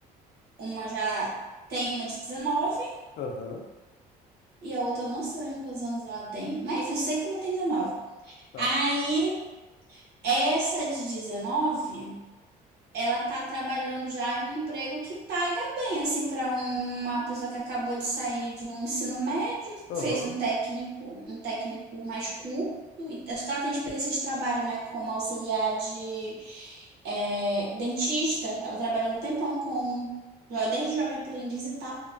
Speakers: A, on the right (about 70°); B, on the left (about 85°).
A: Uma já tem uma de 19
B: Aham,
A: e a outra eu não sei quantos anos ela tem. Mas enfim, eu sei que uma tem 19.
B: tá.
A: Aí, essa de 19. ela tá trabalhando já em um emprego que paga bem, assim, para uma pessoa que acabou de sair de um ensino médio,
B: Aham,
A: fez um técnico, um técnico mais curto, e acho que ela tem experiência de trabalho, né, como auxiliar de é, dentista, ela trabalhou um tempão como jo- Desde jovem aprendiz e tal,